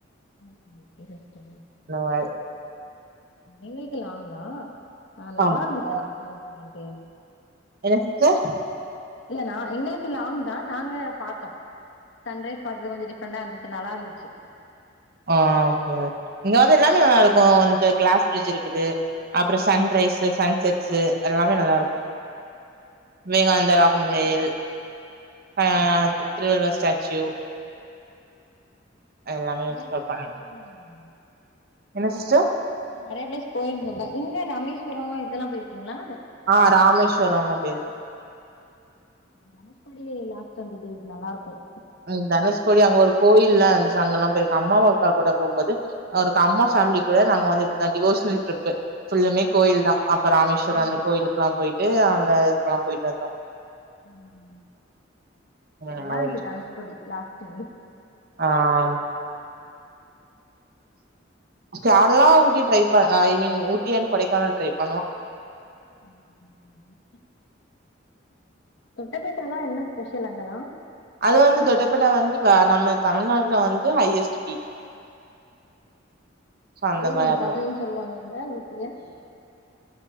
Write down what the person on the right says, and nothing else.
ஆ
ஆமா
என்ன சிஸ்டர்
அ ஓகே ஒகே இங்க வந்து எல்லாமே நல்லா இருக்கு வந்து கிளாஸ் பிரிட்ஜ் இருக்குது அப்றோ சன்ரைஸ்சு
சன்செட்ஸ்சு எல்லாமே நல்லா இருக்கு
விவேகானந்தரா <unintelligible> அ திருவள்ளுவர் ஸ்டேச்சூ எல்லாமே எக்ஸ்ப்ளோர்
பண்ணலா
என்ன சிஸ்டர்
ஆ ராமேஸ்வரம்லாம் போயிருக்கேன்
ம் தனுஷ்கோடி அங்க ஒரு கோயிலாம் அங்க எல்லா போயிருக்க அம்மாவ அப்பா கூட போகும்போது அவரு அம்மா பேமிலி கூட நாங்க வந்துன் டிவோஷனல் ட்ரிப்பு ஃபுல்லுமே கோயில்
தான் அப்ப ராமேஸ்வரம்
அந்த கோயிலுக்குல்லாம் போயிட்டு ஏங்க அந்த இதுக்கெல்லாம் போயிட்டு இருக்கோம்
ம்
மாதிரி
ஆமா கேரளா லா ஊட்டி ட்ரை ப ஐ மீன் ஊட் ஊட்டி அண்ட் கொடைக்கானல் ட்ரை பண்ணலாம்
அது வந்து தொட்டப்பட்ட வந்து நம்ம தமிழ்நாட்டுல வந்து ஹையஸ்ட் பீக் சோ அந்த
மாரி அதுவு